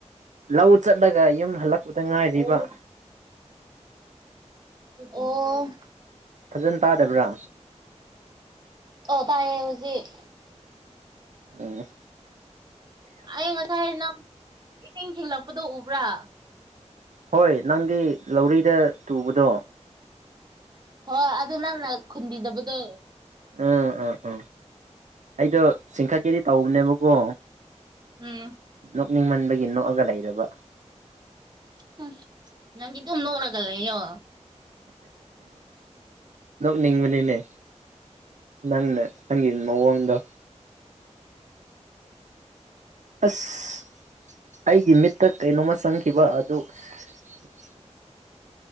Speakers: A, on the right; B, on the right.
A: ꯂꯧ ꯆꯠꯂꯒ ꯌꯨꯝ ꯍꯜꯂꯛꯄꯗ ꯉꯥꯏꯔꯤꯕ
B: ꯑꯣ ꯑꯣ
A: ꯐꯖꯅ ꯇꯥꯗꯕ꯭ꯔꯥ
B: ꯑꯣ ꯇꯌꯦ ꯍꯨꯖꯤꯛ
A: ꯑ
B: ꯑꯩ ꯉꯁꯥꯏ ꯅꯪ ꯏꯁꯤꯡ ꯊꯤꯜꯂꯛꯄꯗꯨ ꯎꯕ꯭ꯔꯥ
A: ꯍꯣꯏ ꯅꯪꯗꯤ ꯂꯧꯔꯤꯗ ꯇꯨꯕꯗꯣ
B: ꯍꯣꯏ ꯑꯗꯨ ꯅꯪꯅ ꯈꯨꯟꯕꯤꯗꯕꯗꯣ
A: ꯎꯝ ꯎꯝ ꯎꯝ ꯑꯩꯗꯣ ꯆꯤꯡꯈꯠꯀꯦꯗꯤ ꯇꯧꯕꯅꯦꯕꯀꯣ
B: ꯎꯝ
A: ꯅꯣꯛꯅꯤꯡꯃꯟꯕꯒꯤ ꯅꯣꯛꯑꯒ ꯂꯩꯔꯕ
B: ꯍꯨꯝ ꯅꯪꯒꯤ ꯑꯗꯨꯝ ꯅꯣꯛꯂꯒ ꯂꯩꯌꯣ
A: ꯅꯣꯛꯅꯤꯡꯕꯅꯤ ꯅꯦ ꯅꯪꯅ ꯅꯪꯒꯤ ꯃꯑꯣꯡꯗꯣ
B: <unintelligible>
A: ꯑꯁ ꯑꯩꯒꯤ ꯃꯤꯠꯇ ꯀꯩꯅꯣꯝꯃ ꯆꯪꯈꯤꯕ ꯑꯗꯨ <unintelligible>